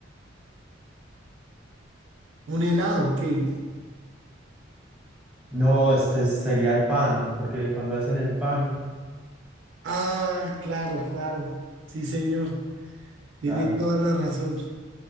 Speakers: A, on the right; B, in the centre.
A: un helado, ¿qué?
B: No, este sería el pan, porque cuando hacen el pan,
A: Ah, claro, claro. Sí, señor. Tiene
B: claro.
A: toda la razón.